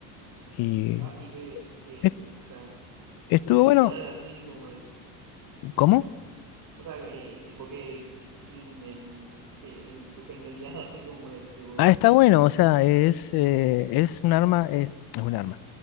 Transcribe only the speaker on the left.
Y
es-
estuvo
bueno,
¿cómo?
Ah, está bueno, o sea, es, eh, es un arma, eh, es un arma,